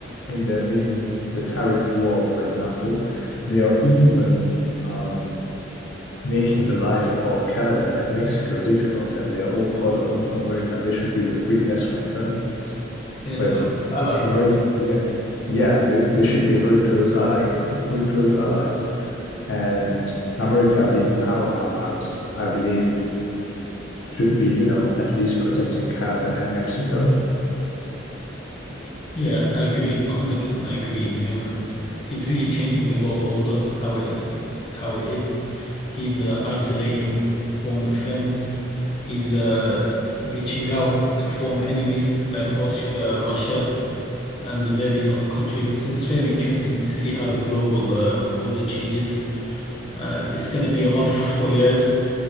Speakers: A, on the left; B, on the left.
A: in the in the tariff war, for example, they are even um, making the life of Canada and Mexico difficult, and they are all part of North America. They should be the three best friend countries.
B: Yeah, the
A: But
B: close ally.
A: America, yeah, yeah, they, they should be a very close ally, the three close allies. And America, being a powerhouse, I believe, should be, you know, at least protecting Canada and Mexico.
B: Yeah, I agree. 100% I agree. Um, he's really changing the world order, how it how it is. He's uh, isolating former friends. He's uh, reaching out to former enemies like Rus uh, Russia and the various other countries. So it's very interesting to see how the global uh, order changes. Uh, it's going to be a rough four years.